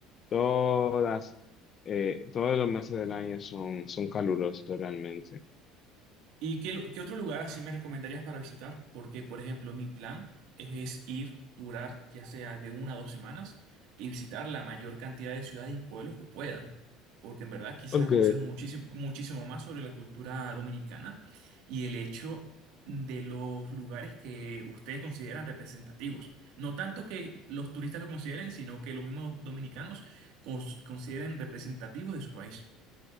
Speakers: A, on the left (about 30°); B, on the right (about 70°).
A: todas, eh, todos los meses del año son, son calurosos realmente.
B: ¿Y qué, lu- qué otro lugar así me recomendarías para visitar? Porque, por ejemplo, mi plan es es ir, durar ya sea de una a dos semanas y visitar la mayor cantidad de ciudades y pueblos que pueda. Porque en verdad quisiera
A: Ok,
B: conocer muchísimo, muchísimo más sobre la cultura dominicana y el hecho de los lugares que ustedes consideran representativos. No tanto que los turistas lo consideren, sino que los mismos dominicanos cons- consideren representativos de su país.